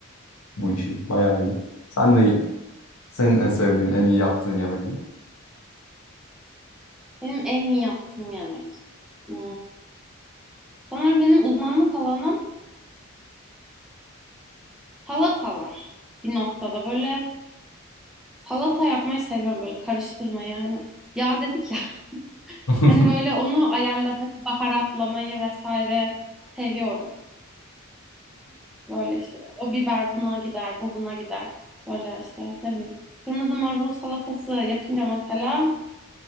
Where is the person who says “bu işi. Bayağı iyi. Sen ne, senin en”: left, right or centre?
Left